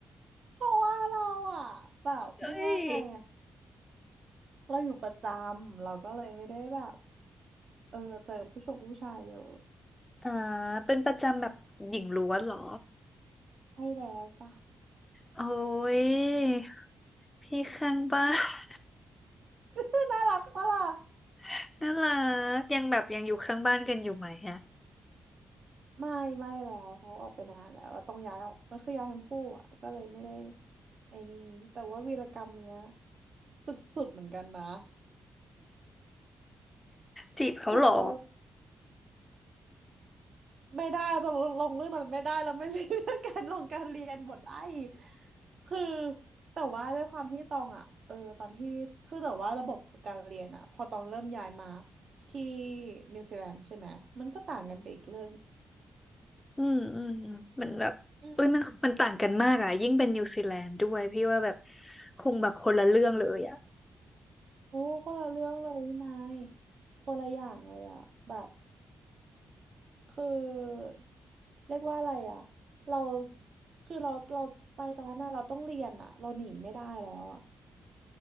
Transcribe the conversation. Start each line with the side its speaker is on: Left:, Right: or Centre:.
Right: <laughs> เพราะว่าเราอ่ะแบบเรียกว่าไงอ่ะ
Left: เอ้ย
Right: เราอยู่ประจำเราก็เลยไม่ได้แบบเออเจอผู้ชมผู้ชายเยอะ
Left: อ่าเป็นประจำแบบหญิงล้วนเหรอ
Right: ใช่แล้วจ้ะ
Left: โอ้ยพี่ข้างบ้าน
Right: <laughs> น่ารักปะล่ะ
Left: <laughs> น่ารักยังแบบยังอยู่ข้างบ้านกันอยู่ไหมฮะ
Right: ไม่ไม่แล้วเขาออกไปนานแล้วเราต้องย้ายออกมันคือย้ายทั้งคู่อ่ะก็เลยไม่ได้ไอ้นี่แต่ว่าวีรกรรมเนี้ยสุดๆเหมือนกันนะ
Left: จีบเขาเหรอ
Right: สุดเวอร์ไม่ได้เราจะลงเรื่องนั้นไม่ได้เราไม่ใช่เรื่องการลงการเรียนหมดไอ้คือแต่ว่าด้วยความที่ตองอ่ะเออตอนที่คือแต่ว่าระบบการเรียนอ่ะพอตองเริ่มย้ายมาที่นิวซีแลนด์ใช่ไหมมันก็ต่างกันไปอีกเรื่อง
Left: อืมอืมอืมมันแบบเอ้ยมันมันต่างกันมากอ่ะยิ่งเป็นนิวซีแลนด์ด้วยพี่ว่าแบบ
Right: อืม
Left: คงแบบคนละเรื่องเลยอ่ะ
Right: โอ้คนละเรื่องเลยนายคนละอย่างเลยอ่ะแบบ คือเรียกว่าอะไรอ่ะเราคือเราเราไปตอนนั้นน่ะเราต้องเรียนอ่ะเราหนีไม่ได้แล้วอ่ะ